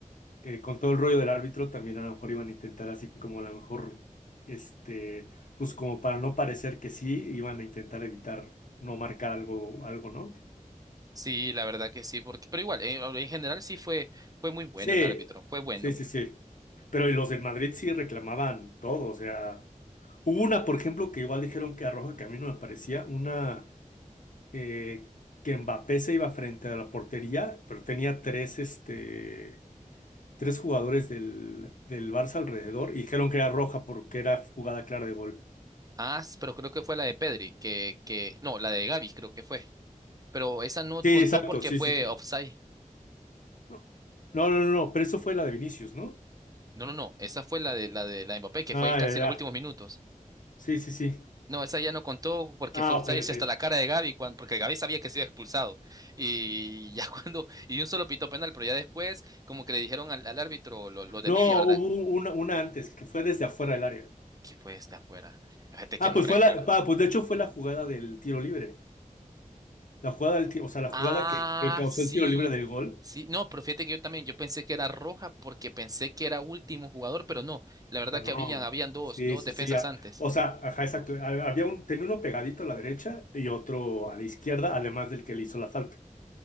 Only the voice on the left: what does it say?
eh, con todo el rollo del árbitro, también a lo mejor iban a intentar así como a lo mejor, este, pues como para no parecer que sí, iban a intentar evitar no marcar algo, algo, ¿no?
Sí,
sí, sí, sí. Pero los del Madrid sí reclamaban todo, o sea, hubo una, por ejemplo, que igual dijeron que a Roja que a mí no me parecía, una eh, que Mbappé se iba frente a la portería, pero tenía tres, este tres jugadores del, del Barça alrededor y dijeron que era roja porque era jugada clara de gol.
Sí, exacto,
sí,
sí, sí.
No, no, no, no, pero eso fue la de Vinicius, ¿no?
Ah,
ya, ya.
Sí, sí, sí.
Ah,
ok, ok.
No,
hubo una, una antes que fue desde afuera del área.
Ah,
pues
fue la, ah, pues de hecho fue la jugada del tiro libre. La jugada del, ti- o sea, la
jugada que, que causó
el tiro libre del gol
pero
No,
sí,
sí,
sí. a-
O sea, ajá, exacto. ha- Había un, tenía uno pegadito a la derecha y otro a la izquierda, además del que le hizo la falta.